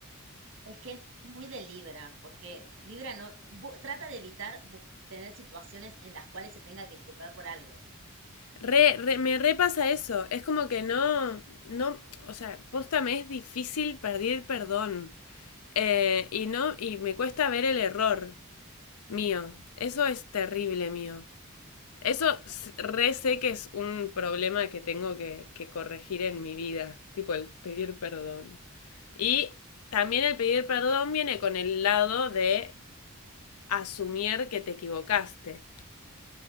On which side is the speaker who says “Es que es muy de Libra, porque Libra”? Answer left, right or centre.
Right